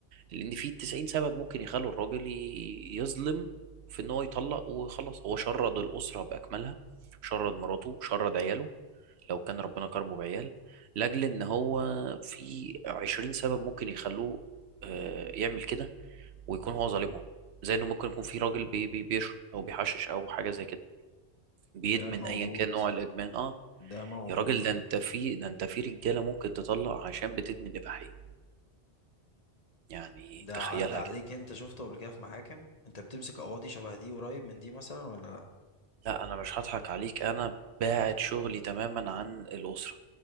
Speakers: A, on the right (about 75°); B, on the left (about 35°).
A: لان في 90 سبب ممكن يخلوا الراجل ي- يظلم في ان هو يطلق وخلاص هو شرد الاسره باكملها شرد مراته شرد عياله لو كان ربنا كرمه بعيال لاجل ان هو في 20 سبب ممكن يخلوه آه، يعمل كده ويكون هو ظالمهم زي انه ممكن يكون في راجل بي بي بيشرب او بيحشش او حاجه زي كده بيدمن
B: ده موجود
A: ايا كان نوع الادمان اه
B: ده موجود
A: يا راجل ده انت في ده انت في رجاله ممكن تطلق عشان بتدمن اباحيه يعني
B: ده
A: تخيلها
B: عدى عليك
A: كده
B: انت شفته قبل كده في محاكم انت بتمسك قواضي شبه دي قريب من دي مثلا ولا لا
A: لا انا مش هضحك عليك انا باعد شغلي تماما عن الاسره